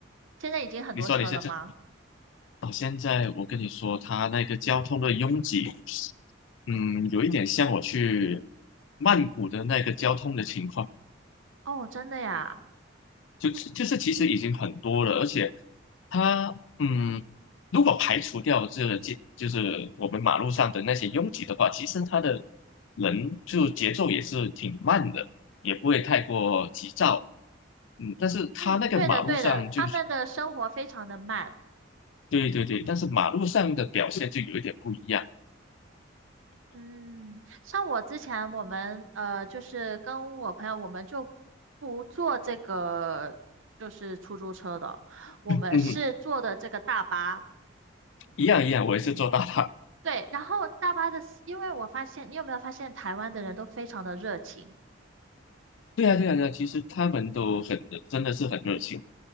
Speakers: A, on the right; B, on the left.
A: 现在已经很多车了吗？
B: 你说你现在。啊，现在我跟你说，它那个交通的拥挤，嗯，有一点像我去曼谷的那个交通的情况，
A: 哦，真的呀。
B: 就就是其实已经很多了，而且它，嗯，如果排除掉这个街，就是我们马路上的那些拥挤的话，其实它的人就节奏也是挺慢的，也不会太过急躁，嗯，但是它那个马路上就是，
A: 嗯，对的，对的，他们的生活非常的慢。
B: 对对对，但是马路上的表现就有一点不一样。
A: 嗯，像我之前我们呃，就是跟我朋友，我们就不坐这个就是出租车的，我们是坐的这个大巴。
B: 嗯，一样一样，我也是做大大。
A: 对，然后大巴的司因为我发现，你有没有发现台湾的人都非常的热情？
B: 对啊，对啊，对啊，其实他们都很热真的是很热情